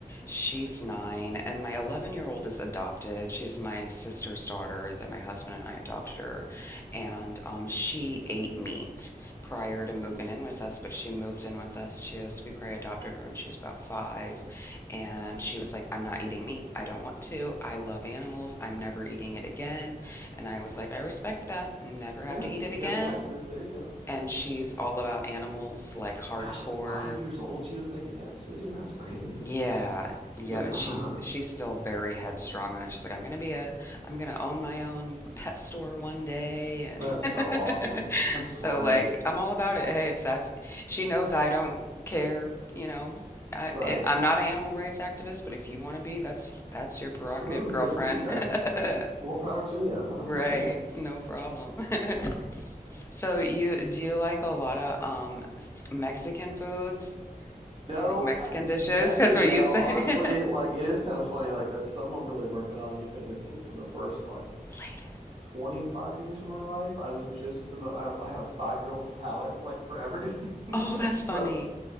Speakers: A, on the left (about 15°); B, on the right (about 40°).
A: She's nine, and my 11 year old is adopted. She's my sister's daughter that my husband and I adopted her. And um, she ate meat prior to moving in with us, but she moved in with us. She was, we probably adopted her when she was about five. And she was like, I'm not eating meat. I don't want to. I love animals. I'm never eating it again. And I was like, I respect that. Never have
B: Yeah,
A: to eat it
B: you
A: again.
B: got the activist. There you go.
A: And she's all about animals, like hardcore.
B: Gosh, at five years old, she was making that decision. That's crazy.
A: Yeah, yeah,
B: Good
A: and
B: for
A: she's
B: her.
A: she's still very headstrong on it. She's like, I'm gonna be a, I'm gonna own my own pet store one day, and
B: That's so
A: <laughs>
B: awesome. That's
A: so
B: great.
A: like I'm all about it. Hey, if that's, she knows I don't care, you know. I
B: Right.
A: it, I'm not an animal rights activist, but if you want to be, that's that's your prerogative,
B: Absolutely.
A: girlfriend.
B: Good for you guys.
A: <laughs>
B: More power to you. 100%.
A: Right, no problem. <laughs> So you do you like a lot of um s- Mexican foods,
B: No,
A: like Mexican
B: yes
A: dishes? Because
B: and
A: what
B: no.
A: you said.
B: Honestly, like it is kind of funny. Like that's something I'm really working on because I think for the first like
A: <laughs>
B: 25 years of my life, I was just the mo- I, I had a five year old's palate like for everything. <laughs>
A: Oh, that's funny.
B: so,